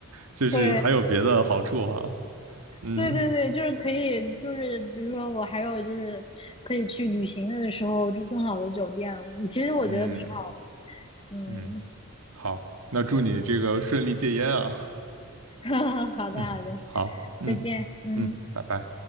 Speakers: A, on the right; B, on the left.
A: 就是还有别的好处啊。
B: 对
A: 嗯
B: 对对对，就是可以，就是比如说我还有就是可以去旅行的时候住更好的酒店，其实我觉得挺好
A: 嗯
B: 的，嗯。
A: 嗯，好，那祝你这个顺利戒烟啊。
B: <laughs> 好的，
A: 嗯，
B: 好的，
A: 好，嗯
B: 再见，嗯。
A: 嗯，拜拜。